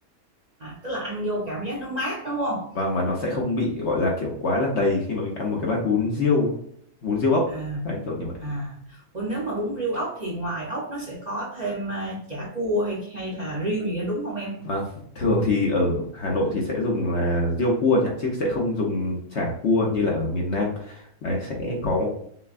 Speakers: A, on the right; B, on the left.
A: à tức là ăn vô cảm giác nó mát đúng không
B: vâng mà nó sẽ không bị gọi là kiểu quá là đầy khi mà mình ăn một cái bát bún riêu bún riêu ốc
A: à
B: đấy kiểu như vậy
A: À, ủa nếu mà bún riêu ốc thì ngoài ốc nó sẽ có thêm à, chả cua hay hay là riêu gì đó đúng không em?
B: Vâng, thường thì ở Hà Nội thì sẽ dùng là riêu cua chẳng chứ sẽ không dùng chả cua như là ở miền Nam. Đấy sẽ có